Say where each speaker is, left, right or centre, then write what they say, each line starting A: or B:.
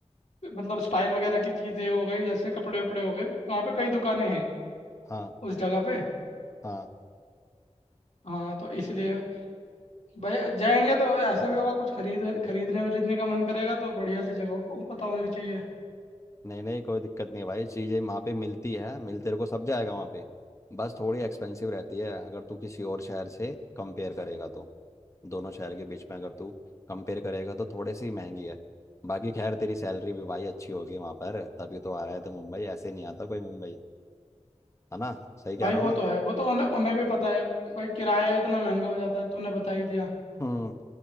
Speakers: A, on the left; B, on the left.
A: मतलब स्टाइल वगैरह की चीज़ें हो गई जैसे कपड़े वपड़े हो गए तो वहाँ पे कई दुकानें हैं
B: हाँ
A: उस जगह पे
B: हाँ
A: हाँ तो इसलिए भाई जाएंगे तो ऐसा भी होगा कुछ खरीद खरीदने वरीदने का मन करेगा तो बढ़िया सी जगह प- पता होनी चाहिए
B: नहीं नहीं कोई दिक्कत नहीं है भाई चीज़ें वहाँ पे मिलती है मिल तेरे को सब जाएगा वहाँ पे बस थोड़ी एक्सपेंसिव रहती है अगर तू किसी और शहर से कंपेयर करेगा तो दोनों शहर के बीच में अगर तू कंपेयर करेगा तो थोड़ी सी महंगी है बाकी खैर तेरी सैलरी भी भाई अच्छी होगी वहाँ पर तभी तो आ रहा है तो मुंबई ऐसे नहीं आता कोई मुंबई है ना सही कह
A: भाई
B: रहा
A: वो
B: हूँ ना
A: तो है वो तो उन्हें उन्हें भी पता है भाई किराया इतना महंगा हो जाता है तूने बता ही दिया
B: हम्म